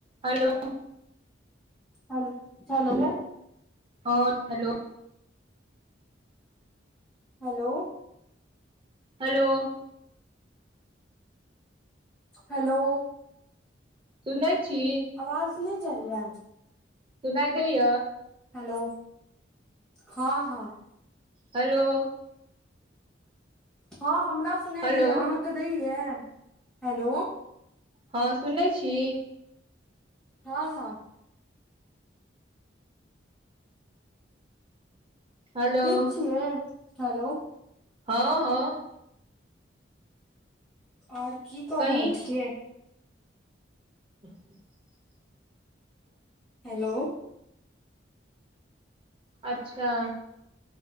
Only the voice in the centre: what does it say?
hello Hello.
Hello.
Hello.
आवाज नहि चलयै है।
हेलो हँ हँ।
हँ हमरा सुनाइ
दया अहाँके दैया हेलो।
हँ हँ।
ठीक छियै हेलो।
ओर की क
रहल छियै।
हेलो।